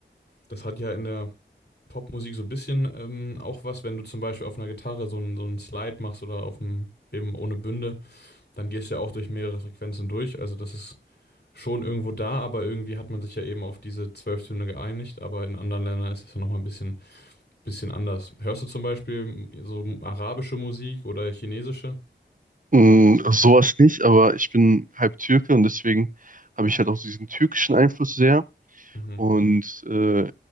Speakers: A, on the left (about 60°); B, on the right (about 45°).
A: das hat ja in der Popmusik so ein bisschen ähm, auch was, wenn du zum Beispiel auf einer Gitarre so einen so einen Slide machst oder auf dem, eben ohne Bünde, dann gehst du ja auch durch mehrere Frequenzen durch. Also das ist schon irgendwo da, aber irgendwie hat man sich ja eben auf diese zwölf Töne geeinigt, aber in anderen Ländern ist es ja nochmal ein bisschen bisschen anders. Hörst du zum Beispiel so arabische Musik oder chinesische?
B: Mm, sowas nicht, aber ich bin halb Türke und deswegen habe ich halt auch diesen türkischen Einfluss sehr.
A: Mhm.
B: Und äh,